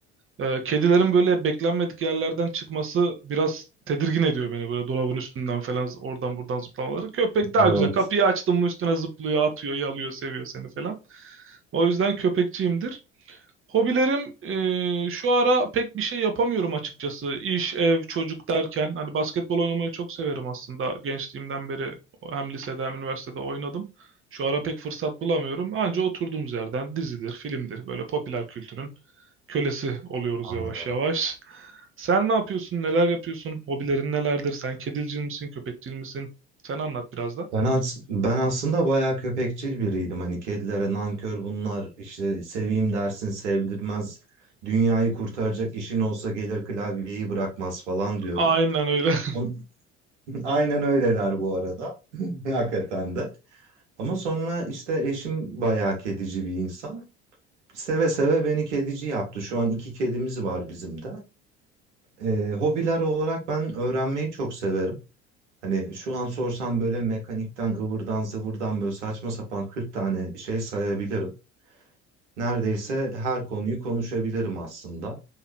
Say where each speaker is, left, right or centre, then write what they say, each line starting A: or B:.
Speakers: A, on the right; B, on the right.
A: Ee, kedilerin böyle beklenmedik yerlerden çıkması biraz tedirgin ediyor beni. Böyle dolabın üstünden falan oradan buradan zıplamaları. Köpek daha
B: Evet,
A: güzel. Kapıyı açtım mı üstüne zıplıyor, atıyor, yalıyor, seviyor seni falan. O yüzden köpekçiyimdir. Hobilerim eee, şu ara pek bir şey yapamıyorum açıkçası. İş, ev, çocuk derken hani basketbol oynamayı çok severim aslında. Gençliğimden beri hem lisede hem üniversitede oynadım. Şu ara pek fırsat bulamıyorum. Anca oturduğumuz yerden dizidir, filmdir böyle popüler kültürün kölesi oluyoruz
B: anladım.
A: yavaş yavaş. Sen ne yapıyorsun? Neler yapıyorsun? Hobilerin nelerdir? Sen kedilcil misin, köpekçil misin? Sen anlat biraz da.
B: Ben, as- ben aslında bayağı köpekçil biriydim. Hani kedilere nankör bunlar işte seveyim dersin sevdirmez. Dünyayı kurtaracak işin olsa gelir klavyeyi bırakmaz falan diyordum.
A: Aynen öyle. <laughs>
B: On- <laughs> Aynen öyleler bu arada. <laughs> Hakikaten de. Ama sonra işte eşim bayağı kedici bir insan. Seve seve beni kedici yaptı. Şu an iki kedimiz var bizim de. Ee, hobiler olarak ben öğrenmeyi çok severim. Hani şu an sorsam böyle mekanikten, ıvırdan, zıvırdan böyle saçma sapan 40 tane şey sayabilirim. Neredeyse her konuyu konuşabilirim aslında.